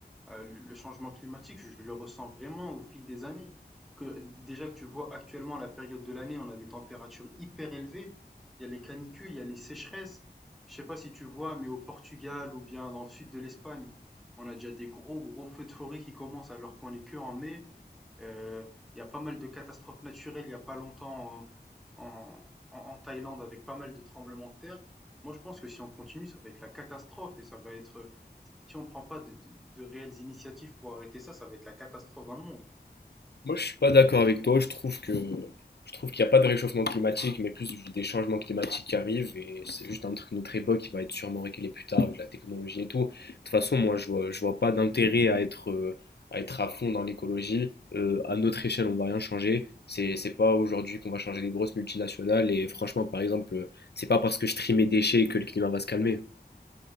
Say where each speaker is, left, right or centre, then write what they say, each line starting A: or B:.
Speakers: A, in the centre; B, on the left.
A: Euh, le changement climatique, je le ressens vraiment au fil des années. Que déjà que tu vois actuellement la période de l'année, on a des températures hyper élevées. Il y a les canicules, il y a les sécheresses. Je sais pas si tu vois, mais au Portugal ou bien dans le sud de l'Espagne, on a déjà des gros gros feux de forêt qui commencent alors qu'on est que en mai. Euh, Il y a pas mal de catastrophes naturelles il y a pas longtemps en, en- en- en Thaïlande avec pas mal de tremblements de terre. Moi, je pense que si on continue, ça va être la catastrophe et ça va être, si on prend pas de, de- de réelles initiatives pour arrêter ça, ça va être la catastrophe dans le monde.
B: Moi, je suis pas d'accord avec toi, je trouve que je trouve qu'il n'y a pas de réchauffement climatique, mais plus des changements climatiques qui arrivent, et c'est juste un truc de notre époque qui va être sûrement réglé plus tard avec la technologie et tout. De toute façon, moi, je vois, je vois pas d'intérêt à être, euh, à être à fond dans l'écologie. Euh, à notre échelle, on va rien changer. C'est, c'est pas aujourd'hui qu'on va changer les grosses multinationales, et franchement, par exemple, euh, c'est pas parce que je trie mes déchets que le climat va se calmer.